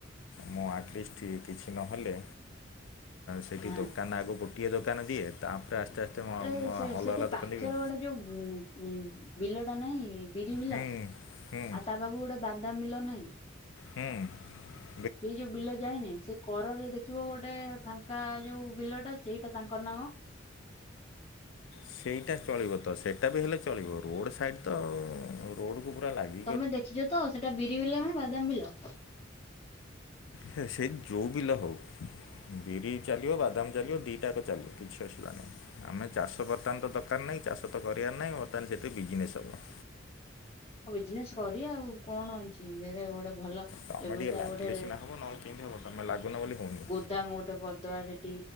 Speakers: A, on the left; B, on the left.
A: ମୁଁ ଆଟଲିଷ୍ଟ କିଛି ନହେଲେ ସେଇଠି
B: ହଁ।
A: ଦୋକାନ ଆଗ ଗୋଟିଏ ଦୋକାନ ଦିଏ ତାପରେ ଆସ୍ତେ ଆସ୍ତେ ଅଲଗା
B: ଏରେ ସେ ସେଠି
A: ଅଲଗା
B: ପାଖର
A: ଦୋକାନ ଦେବି
B: ଗୋଟେ ଯୋଉ ବିଲଟା ନାଇଁ ବିରି ବିଲ
A: ହୁଁ
B: ଆଉ
A: ହୁଁ
B: ତା ପାଖକୁ ଗୋଟେ ବାଦାମ ବିଲ ନାହିଁ
A: ହଁ
B: ସେଇ ଯୋଉ ବିଲା ଯାଇନି ସେ କରରେ ଦେଖିବ ଗୋଟେ ଫାଙ୍କା ଯୋଉ ବିଲ ଟା ସେଇଟା ତାଙ୍କର ନାମ
A: ସେଇଟା ଚଳିବ ତ ସେଇଟା ବି ହେଲେ ଚଳିବ ରୋଡ଼ ସାଇଡ଼୍ ତ ରୋଡ କ ପୁରା ଲାଗିବ
B: ତମେ ଦେଖିଛ ତ ସେଟା ବିରି ବିଲ ନା ବାଦାମ ବିଲ
A: ହେ ସେଇ ଯେଉଁ ବିଲା ହେଉ ବିରି ଚାଲିବ ବାଦାମ ଚାଲିବ ଦିଇଟାକ ଚାଲିବ କିଛି ଆସିଲା ନାହିଁ ଆମେ ଚାଷ ବର୍ତ୍ତମାନ ତ ଦରକାର ନାହିଁ ଚାଷ ତ କରିବାର ନାହିଁ ବର୍ତ୍ତମାନ ସେତେ ବିଜନେସ୍ ହବ
B: <inaudible> ହ ବିଜନେସ କରି ଆଉ କଣ ଅଛି ଗୋଟେ ଭଲ
A: ତମେ
B: ବ୍ୟବସାୟ
A: ଟିକେ ଲାଗିଲେ
B: ଗୋଟେ
A: ସିନା ହବ ନହେଲେ କିନ୍ି ହେବ ତମେ ଲାଗୁନ ବୋଲି ଶୁନି
B: ଦାମ ଗୋଟେ ପଦବା ସେଠି